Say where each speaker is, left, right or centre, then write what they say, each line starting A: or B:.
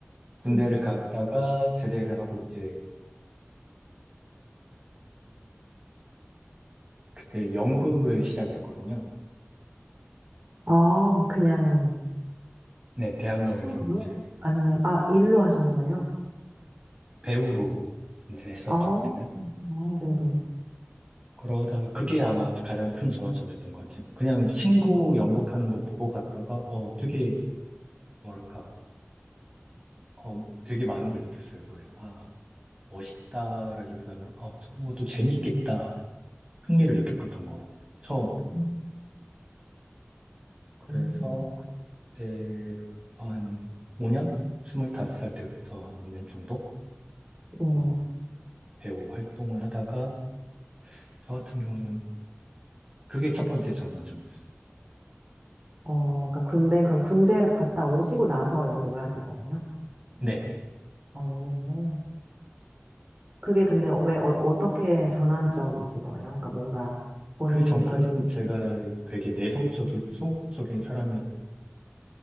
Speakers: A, on the right (about 20°); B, on the right (about 35°).
A: 군대를
B: 음,
A: 갔다가 제대를 하고 이제 그때 연극을 시작을 했거든요.
B: 아, 그냥
A: 네, 대학로에서
B: 차로?
A: 이제
B: 아니면, 아, 일로 하신 거예요?
A: 배우로 이제 했었죠,
B: 아,
A: 그때는.
B: 아, 네네.
A: 그러다가 그게 아마 가장 큰 전환점이었던 것 같아요. 그냥 친구
B: 음,
A: 연극하는 거 보고 갔다가, 어, 되게, 뭐랄까, 어, 되게 많은 걸 느꼈어요. 거기서, 아, 멋있다라기보다는, 어, 저런 것도 재밌겠다라고 흥미를 느꼈던 것 같아요. 처음으로.
B: 음,
A: 그래서
B: 음.
A: 그때부터 한 5년? 25살 때부터 한 5년 정도,
B: 네.
A: 어, 배우 활동을 하다가, 저 같은 경우는 그게 첫 번째 전환점이었어요.
B: 어, 그러니까 군대, 그럼 군대를 갔다 오시고 나서 연구를 하신 거예요?
A: 네.
B: 어, 그게 근데 왜, 어, 어떻게 전환점이신 거예요? 그러니까 뭔가 본인의,
A: 그 전까지는
B: 인-
A: 제가 되게 내성적이고 소극적인 사람이었거든요.